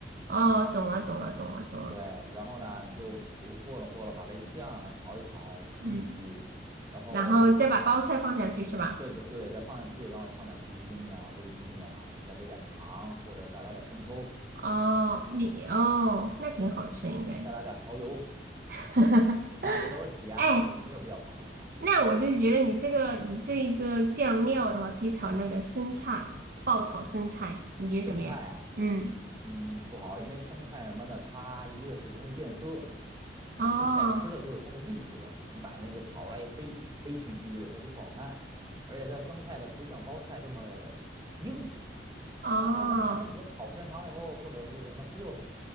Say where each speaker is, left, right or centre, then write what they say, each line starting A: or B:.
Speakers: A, on the right; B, on the right.
A: 哦，懂了，懂了，懂了，懂了。
B: 对，然后呢，你就和和了和了，把这个酱啊炒一炒，吸一吸，
A: 嗯，
B: 然后
A: 然后再把包菜放下去是吧？
B: 对对对，再放下去，然后你放点鸡精啊、味精啊，你再给点糖，或者再来点生抽，
A: 哦，你哦，那挺好吃应该。
B: 再来点蚝油。
A: <laughs>
B: 你看这都是咸的，
A: 哎，
B: 所以你没有必要放盐。
A: 那我就是觉得你这个你这一个酱料的话，可以炒那个生菜，爆炒生菜，你觉得怎么样？
B: 生菜啊
A: 嗯，
B: 嗯，不好，因为生菜什么的，它一个是容易变色，
A: 哦
B: 你生菜吃的就是它的绿色，你把那个炒出来一黑黑黢黢的，它就不好看。而且它生菜它不像包菜那么硬，
A: 哦，
B: 它它它它那你要炒时间长了以后或者是什么，它就